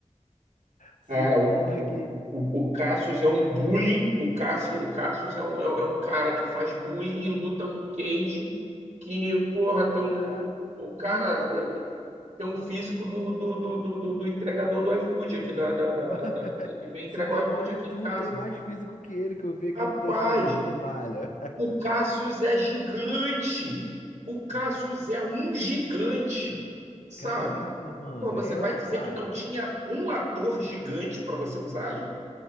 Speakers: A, on the left; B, on the right.
A: Ciborgue,
B: Cara, o, o, o o Cassius
A: meu Deus.
B: é um bullying. O Cassius, o Cassius é um, é, é um cara que faz bullying e luta num cage que, porra, tem um.
A: É,
B: O cara.
A: do nada ele
B: tem um físico do, do, do, do, do- entregador do iFood aqui, da, da, da-
A: <laughs>
B: da- que vem entregar
A: se demole
B: o iFood aqui
A: tu,
B: em casa.
A: tem mais físico que ele que eu vi aqui
B: Rapaz,
A: no teu Instagram que tu malha.
B: o Cassius é gigante. O Cassius é um gigante, sabe?
A: Caraca, mano.
B: Porra, você
A: É,
B: vai dizer
A: cara.
B: que não tinha um ator gigante para você usar ali?